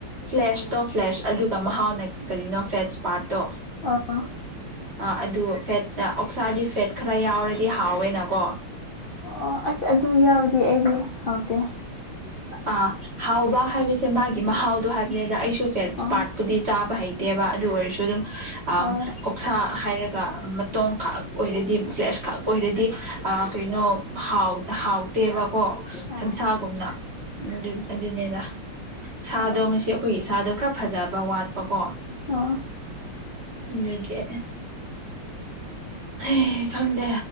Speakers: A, on the right; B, on the left.
A: ꯐ꯭ꯂꯦꯁꯇꯣ
B: ꯎꯝ
A: ꯐ꯭ꯂꯦꯁ ꯑꯗꯨꯒ ꯃꯍꯥꯎꯅ ꯀꯔꯤꯅꯣ ꯐꯦꯠꯁ ꯄꯥꯔꯠꯇꯣ
B: ꯑꯥ
A: ꯑꯥ ꯑꯗꯨ ꯐꯦꯠ ꯑꯣꯛꯁꯥꯗꯤ ꯐꯦꯠ ꯈꯔ ꯌꯥꯎꯔꯗꯤ ꯍꯥꯎꯋꯦꯅꯀꯣ
B: ꯑꯣ ꯑꯁ ꯑꯗꯨ ꯌꯥꯎꯔꯗꯤ ꯑꯩꯗꯤ ꯍꯥꯎꯇꯦ
A: ꯑꯥ ꯍꯥꯎꯕ ꯍꯥꯏꯕꯁꯦ ꯃꯥꯒꯤ ꯃꯍꯥꯎꯗꯣ ꯍꯥꯏꯕꯅꯤꯗ ꯑꯩꯁꯨ ꯐꯦꯠ
B: ꯑꯣ
A: ꯄꯥꯔꯠ ꯗꯤ ꯆꯥꯕ ꯍꯩꯇꯦꯕ ꯑꯗꯨ ꯑꯣꯏꯔꯁꯨ ꯑꯗꯨꯝ ꯑꯣꯛꯁꯥ
B: ꯑꯣ ꯑꯣ
A: ꯍꯥꯏꯔꯒ ꯃꯇꯣꯡ ꯈꯥꯛ ꯑꯣꯏꯔꯗꯤ ꯐ꯭ꯔꯦꯁ ꯈꯥꯛ ꯑꯣꯏꯔꯗꯤ ꯑꯥ ꯀꯩꯅꯣ ꯍꯥꯎ ꯍꯥꯎꯇꯦꯕ ꯒꯣ
B: ꯑꯣ
A: ꯁꯥꯟꯁꯥꯒꯨꯝꯅ
B: ꯑꯥ
A: ꯑꯗꯨꯅꯤꯗ ꯁꯥꯗꯣ
B: ꯑꯣ
A: ꯉꯁꯤ ꯑꯩꯈꯣꯏꯒꯤ ꯁꯥꯗꯣ ꯈꯔ ꯐꯖꯕ ꯋꯥꯠꯄꯀꯣ
B: ꯑꯣ
A: ꯑꯗꯨꯒꯤ ꯑꯦ ꯈꯪꯗꯦ